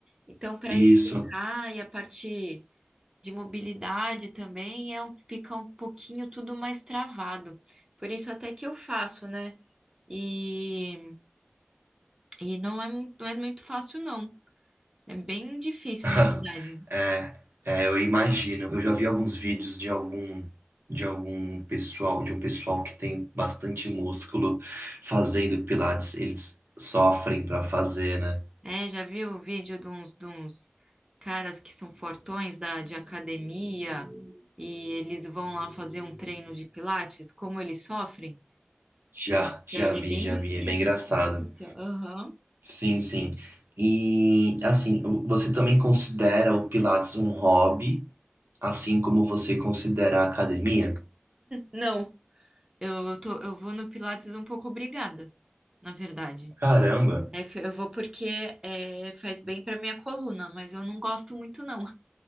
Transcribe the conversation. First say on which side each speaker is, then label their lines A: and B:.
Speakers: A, on the right (about 20°); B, on the right (about 60°).
A: Então, para
B: isso.
A: esticar e a parte de mobilidade também é um, fica um pouquinho tudo mais travado. Por isso até que eu faço, né? E e não é, mu- não é muito fácil, não. É bem difícil,
B: <laughs>
A: na verdade.
B: É, é, eu imagino. Eu já vi alguns vídeos de algum de algum pessoal, de um pessoal que tem bastante músculo fazendo pilates, eles sofrem para fazer, né?
A: É, já viu o vídeo de uns, de uns caras que são fortões da, de academia e eles vão lá fazer um treino de pilates, como eles sofrem?
B: Já, já
A: É,
B: vi,
A: é bem
B: já
A: difícil,
B: vi. É bem engraçado.
A: é bem difícil. Aham.
B: Sim, sim. E assim, o- você também considera o pilates um hobby, assim como você considera a academia?
A: Não, eu tô, eu vou no pilates um pouco obrigada, na verdade.
B: Caramba.
A: É, eu vou porque é, faz bem para minha coluna, mas eu não gosto muito, não.